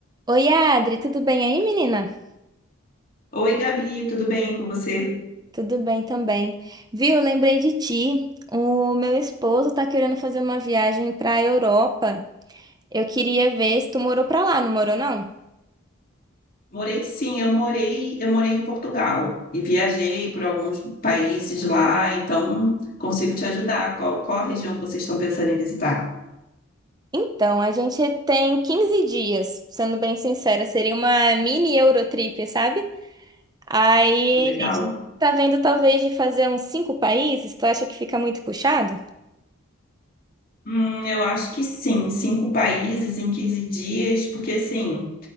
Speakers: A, on the right (about 20°); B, on the left (about 40°).
A: Oi, Adri, tudo bem aí, menina?
B: Oi, Gabi, tudo bem com você?
A: Tudo bem também. Viu, lembrei de ti. O meu esposo tá querendo fazer uma viagem pra Europa. Eu queria ver se tu morou pra lá, não morou não?
B: Morei sim, eu morei, eu morei em Portugal e viajei por alguns países lá, então consigo te ajudar. Qual, qual a região que vocês estão pensando em visitar?
A: Então, a gente tem 15 dias, sendo bem sincera, seria uma mini Eurotrip, sabe? Aí
B: Tá legal.
A: a gente tá vendo talvez de fazer uns cinco países, tu acha que fica muito puxado?
B: Hum, eu acho que sim, cinco países em 15 dias, porque assim,